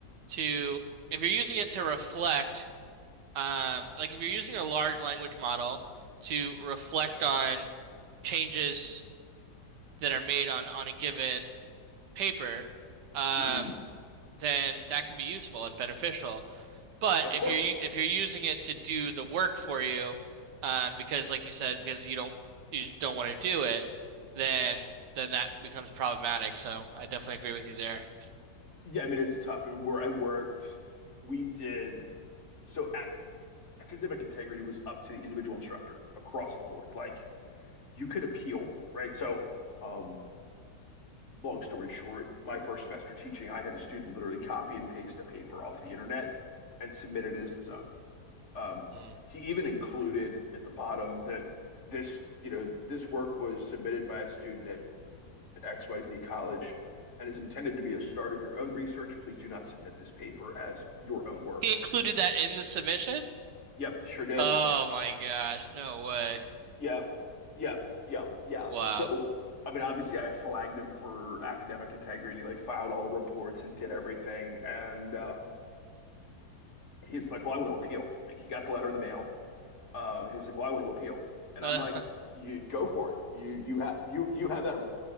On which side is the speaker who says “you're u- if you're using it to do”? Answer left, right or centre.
Right